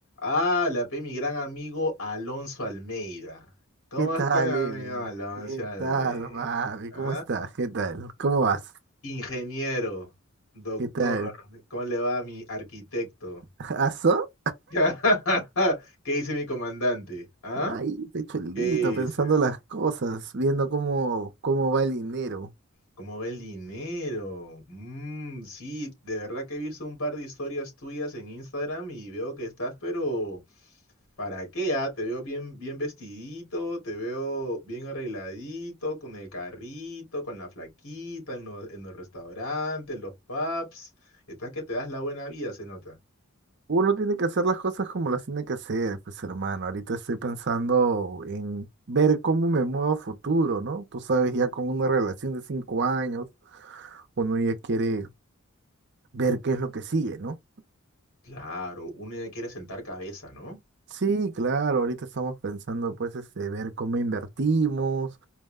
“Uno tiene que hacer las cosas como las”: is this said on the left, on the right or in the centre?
Right